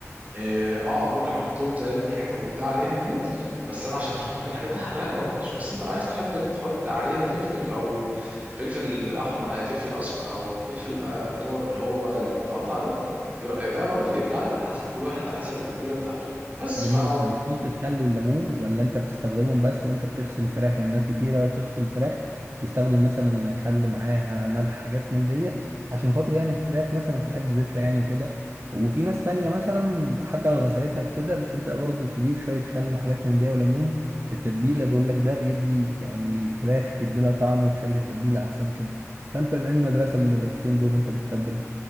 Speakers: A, on the right (about 30°); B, on the right (about 50°).
A: اه آه، ممكن احطهم زي اللي انت حاجات قلتها عليها ديت بس انا عشان مش بحب الحاجات الحراقه ما بحطش بس انت لو عايز تحب تحط عليها فلفل او فلفل احمر آه، فلفل اسمر او فلفل آه، خضار اللي هو المتقطع ده بر- ده برضه بيرجع لك على حسب كل واحد على حسب التتبيله بتاعته بس
B: جميل
A: ف
B: طب بتميل الخل والليمون ولا انت بتستخدمهم بس وانت بتغسل الفراخ يعني ناس كتيرة وهي بتغسل الفراخ بتستخدم مثلا خل معاها ملح حاجات من دي عشان خاطر يعني الفراخ مثلا ما تبقاش زفرة يعني وكده وفي ناس تانية مثلا حتى لو غسلتها بكده بتبدأ برضو تضيف شوية خل وحاجات من دي وليمون للتتبيلة بيقول لك ده بيدي يعني الفراخ بيدي لها طعم وبيخلي التتبيلة أحسن كده فأنت من أي مدرسة من المدرستين دول وأنت بتتبل